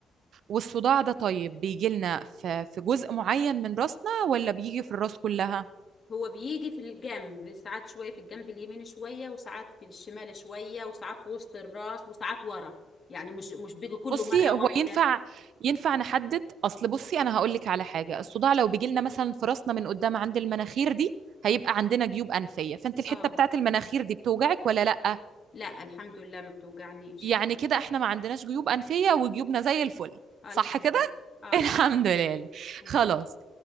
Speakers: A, on the right (about 65°); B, on the left (about 35°).
A: والصداع ده طيب بيجي لنا في في جزء معين من راسنا ولا بيجي في الراس كلها؟
B: هو بيجي في الجنب ساعات شوية في الجنب اليمين شوية وساعات في الشمال شوية وساعات في وسط الراس وساعات ورا يعني مش مش بيجي كله
A: بصي
B: مرة
A: هو
B: واحدة
A: ينفع ينفع نحدد اصل بصي انا هقول لك على حاجه الصداع لو بيجي لنا مثلا في راسنا من قدام عند المناخير دي هيبقى عندنا جيوب انفيه فانت الحته
B: اه
A: بتاعت المناخير دي بتوجعك ولا لا
B: لا الحمد لله ما بتوجعنيش
A: يعني كده احنا ما عندناش جيوب أنفية وجيوبنا زي الفل
B: اه
A: صح
B: الحمد
A: كده؟
B: لله
A: <laughs>
B: اه
A: الحمد
B: الحمد لله
A: لله
B: الحمد
A: خلاص
B: لله